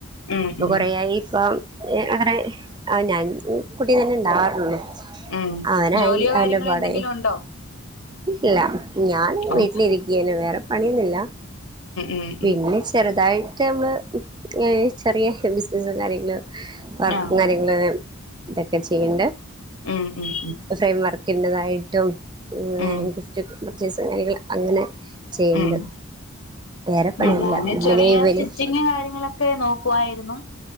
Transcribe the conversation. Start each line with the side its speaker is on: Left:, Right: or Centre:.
Left: ഉം
Right: ഇപ്പൊ
Left: ഉം
Right: കൊറേയായി അപ്പോ അങ്ങെനെ ആ ഞാൻ കുട്ടി തന്നെഇണ്ടാവാറുള്ളൂ
Left: ഉം
Right: അവനായി
Left: ജോലിയോ കാര്യങ്ങളോ
Right: അവന്റെ പാടായി
Left: എന്തെങ്കിലും ഉണ്ടോ
Right: ഇല്ല ഞാൻ
Left: ഉം
Right: വീട്ടിലിരിക്കയന്നെ വേറെ പണിയൊന്നില്ലാ
Left: ഉം
Right: പിന്നെ
Left: ഉം
Right: ചെറുതായിട്ടൊന്ന് ഇങ്ങനെ ചെറിയ ബിസിനസും കാര്യങ്ങളും വർക്കും
Left: ആഹ്
Right: കാര്യങ്ങളൊക്കെ ഇതൊക്കെ ചെയ്യണ്ട്
Left: ഉം ഉം
Right: ഫ്രെയിം വർക്ക് ഇന്റെതായിട്ടും പിന്നെ
Left: ഉം ഉം
Right: ഗിഫ്റ്റും പർച്ചേസ് കാര്യങ്ങള് അങ്ങനെ ചെയ്യണ്ട്
Left: ഉം
Right: വേറെ പണിയില്ല
Left: ഉം ഞാന്
Right: ഇന്നലെ
Left: ചെറിയ
Right: ഇവന്
Left: സ്റ്റിച്ചിങ്ങ് കാര്യങ്ങളൊ ക്കെ നോക്കുവായിരുന്നു